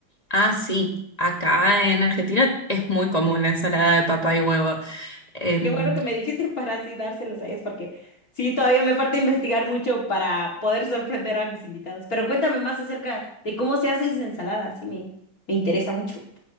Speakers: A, on the left; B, on the left.
A: Ah, sí, acá en Argentina es muy común la ensalada de papa y huevo. Em,
B: Qué bueno que me dijiste para así dárselos a ellos, porque sí, todavía me falta investigar mucho para poder sorprender a mis invitados. Pero cuéntame más acerca de cómo se hace esa ensalada, sí me, me interesa mucho.